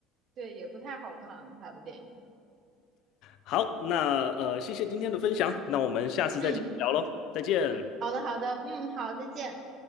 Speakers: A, on the right; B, on the left.
A: 对，也不太好看他的电影。
B: 好，那呃，谢谢今天的分享，那我们下次再继续聊喽，
A: 嗯，
B: 再见。
A: 好的好的，嗯，好，再见。